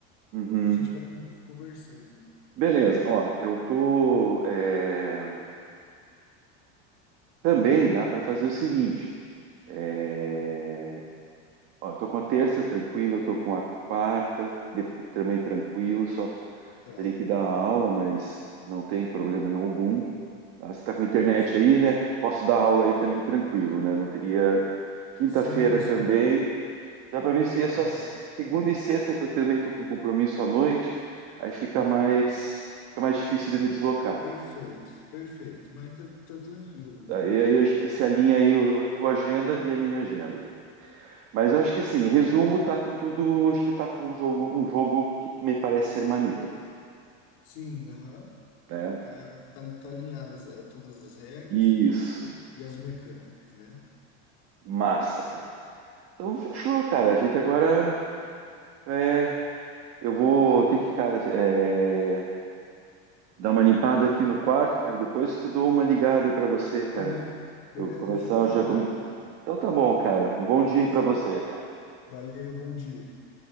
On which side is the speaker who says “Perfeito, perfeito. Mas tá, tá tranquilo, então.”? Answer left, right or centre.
Left